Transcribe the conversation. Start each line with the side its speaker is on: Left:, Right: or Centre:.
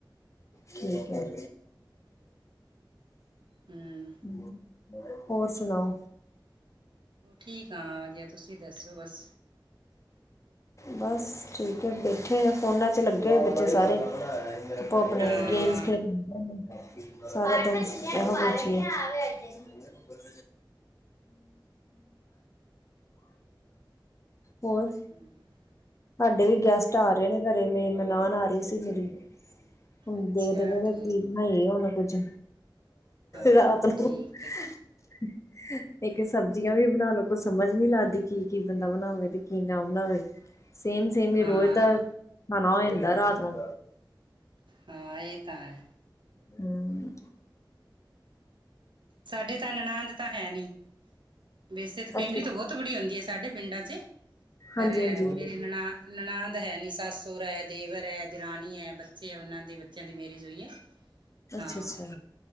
Left: ਠੀਕ ਐ <unintelligible>
Right: ਹੂੰ
Left: ਹਂ, ਹੋਰ ਸੁਣਾਓ?
Right: ਠੀਕ ਆਂ, ਅਜੇ ਆ ਤੁਸੀਂ ਦੱਸੋ ਬਸ।
Left: ਬਸ ਠੀਕ ਐ, ਬੈਠੇ ਫੋਨਾਂ ਚ ਲੱਗੇ ਹੋਏ ਬੱਚੇ ਸਾਰੇ। ਆਪੋ ਆਪਣੇ
Right: ਹਾਂ
Left: ਗੇਮਸ ਖੇਲਦੇ ਸਾਰਾ ਦਿਨ ਇਹੋ ਕੁਛ ਈਏ। <inaudible> ਹੋਰ?
Right: ਹਂ।
Left: ਹਾਡੇ ਵੀ ਗੈਸਟ ਆ ਰੇ ਨੇ ਘਰੇ, ਮੇਰੀ ਨਨਾਨ ਆ ਰੀ ਸੀ ਮੇਰੀ। ਹੁਣ
Right: ਅੱਛਾ
Left: ਦੇਖਦੇ ਪਏਦੇ
Right: ਠੀਕ
Left: ਕਿ ਬਣਾਈਏ ਹੁਣ ਕੁੱਝ
Right: ਹਾਂ
Left: ਰਾਤ ਨੂੰ।
Right: ਠੀਕ ਹੈ
Left: <inaudible> ਇੱਕ ਸਬਜ਼ੀਆਂ ਵੀ ਬਨਾ ਲੋ ਕੁਛ ਸਮਝ ਨੀ ਲੱਗਦੀ ਕੀ-ਕੀ ਬੰਦਾ ਬਨਾਵੇ ਤੇ ਕੀ ਨਾ ਬਨਾਵੇ। ਸੇਮ-ਸੇਮ ਈ
Right: ਹਾਂ
Left: ਰੋਜ਼ ਦਾ ਖਾਨਾ ਹੋ ਜਾਂਦਾ ਰਾਤ ਨੂੰ।
Right: ਹਾਂ ਏ ਤਾਂ ਐ।
Left: ਹੂੰ।
Right: ਸਾਡੇ ਤਾਂ ਨਨਾੰਦ ਤਾਂ ਹੈ ਨੀ ਵੈਸੇ ਤਾਂ ਫੈਮਿਲੀ
Left: ਅੱਛਾ
Right: ਤੋਂ ਬੋਤ ਥੋੜੀ ਹੁੰਦੀ ਐ ਸਾਡੇ ਪਿੰਡਾਂ ਚ ਪਰ
Left: ਹਾਂਜੀ
Right: ਐ
Left: ਹਾਂਜੀ
Right: ਮੇਰੀ ਨਣਾ ਨਨਾੰਦ ਹੈ ਨੀ ਸਸ ਸੋਰਾ ਐ, ਦੇਵਰ ਐ, ਦੇਰਾਨੀ ਐ, ਬੱਚੇ ਐ ਓਨਾਂ ਦੇ ਚਦੀ ਮੇਰੀ ਜੋਈਏ
Left: ਅੱਛਾ
Right: ਆਂ।
Left: ਅੱਛਾ